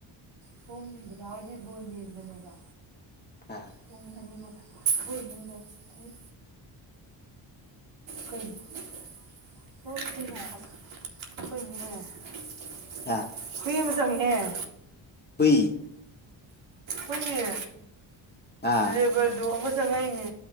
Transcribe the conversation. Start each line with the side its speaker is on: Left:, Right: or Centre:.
Right: ꯄꯨꯡ ꯗꯥꯗꯥ ꯍꯣꯏꯗꯤ ꯕꯣꯟ ꯌꯦꯡꯕꯅꯦꯕ
Left: ꯑꯥ
Right: ꯄꯨꯡ ꯑꯅꯤ ꯃꯈꯥꯏ ꯑꯩꯈꯣꯏ ꯏꯃꯨꯡꯗ ꯑꯩ ꯀꯩꯅꯣ <inaudible> <unintelligible>
Left: ꯑꯥ
Right: ꯃꯤ ꯑꯃ ꯆꯪꯉꯤꯍꯦ
Left: ꯍꯨꯏ
Right: ꯍꯣꯏꯅꯦ
Left: ꯑꯥ
Right: ꯂꯦꯕꯔ ꯗꯣꯛ ꯑꯃ ꯆꯪꯉꯛꯅꯦ